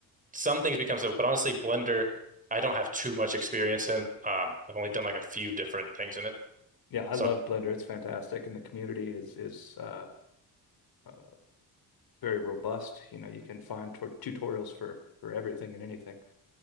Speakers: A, on the right; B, on the left.
A: some things become simple. But honestly, Blender, I don't have too much experience in. Um, I've only done like a few different things in it.
B: yeah, I
A: So
B: love
A: I'm-
B: Blender. It's fantastic, and the community is is uh, uh, very robust. You know, you can find tor- tutorials for for everything and anything.